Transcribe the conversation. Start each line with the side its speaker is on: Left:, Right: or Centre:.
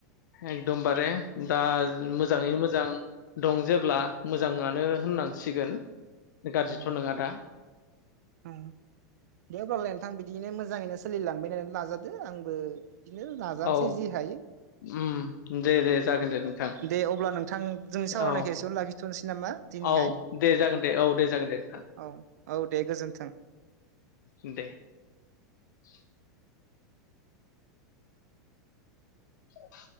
Left: एकदम बारे दा मोजाङै मोजां दं जेब्ला मोजाङानो होननांसिगोन गाज्रिथ'
Right: औ
Left: नङा दा
Right: औ दे हब्लालाय नोंथां बिदिनो मोजाङैनो सोलिलांबायनानै नाजादो आंबो बिदिनो नाजानोसै
Left: औ
Right: जि हायो
Left: उम दे दे जागोन दे नोंथां
Right: दे अब्ला नोंथां जोंनि सावरायनायखो
Left: औ
Right: एसेयावनो लाखिथ'निसै नामा दिनैहाय।
Left: औ दे जागोन दे औ दे जागोन दे नोंथां
Right: औ औ दे गोजोन्थों।
Left: उम दे। <unintelligible> औ